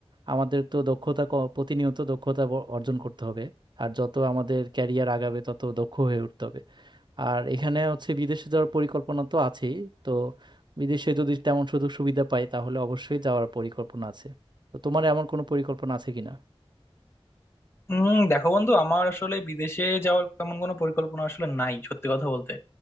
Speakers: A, on the right; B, on the left.
A: আমাদের তো দক্ষতা ক- প্রতিনিয়ত দক্ষতা ব- অর্জন করতে হবে আর যত আমাদের ক্যারিয়ার আগাবে তত দক্ষ হয়ে উঠতে হবে আর এখানে হচ্ছে বিদেশে যাওয়ার পরিকল্পনা তো আছেই তো বিদেশে যদি তেমন সুযোগ সুবিধা পাই তাহলে অবশ্যই যাওয়ার পরিকল্পনা আছে তো তোমার এমন কোনো পরিকল্পনা আছে কিনা
B: উম দেখো বন্ধু আমার আসলে বিদেশে যাওয়ার তেমন কোনো পরিকল্পনা আসলে নাই সত্যি কথা বলতে